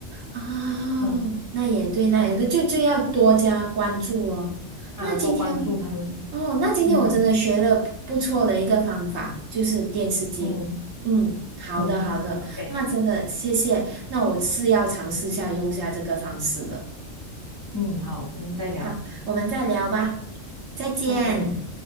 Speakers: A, on the right; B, on the left.
A: 哦，
B: 嗯
A: 那也对，那也对，
B: 嗯
A: 就就要多加关注咯。
B: 啊，
A: 那今天，
B: 多关注他们，
A: 哦，那今天我真的学了不错的一个方法，
B: 嗯
A: 就是电视机。
B: 嗯
A: 嗯，好的好的，
B: 嗯，OK，
A: 那真的谢谢，那我是要尝试下用下这个方式的。
B: 嗯好，我们再聊
A: 好，我们再聊吧，再见。
B: ，OK。